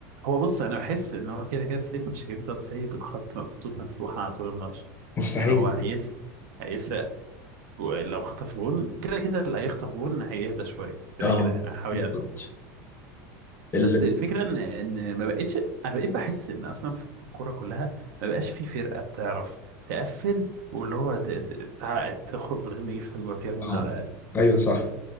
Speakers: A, on the right (about 75°); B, on the left (about 20°).
A: هو بص انا بحس ان هو كده كده فليك مش هيفضل سايب الخط خطوط مفتوحه على طول الماتش
B: مستحيل
A: يعني هو هيس هيسرق و- لو خطف جون كده كده اللي هيخطف جون هيهدى شويه كده
B: أه
A: كده يعني هيحاول
B: بالظبط
A: يقفل
B: ال
A: بس الفكره ان ان ما بقتش انا بقيت بحس ان اصلا في الكوره كلها ما بقاش في فرقه بتعرف تقفل واللي هو ت- ت- تع- تخرج من غير ما يجي فيها جون
B: أه
A: على الاقل
B: أيوه صح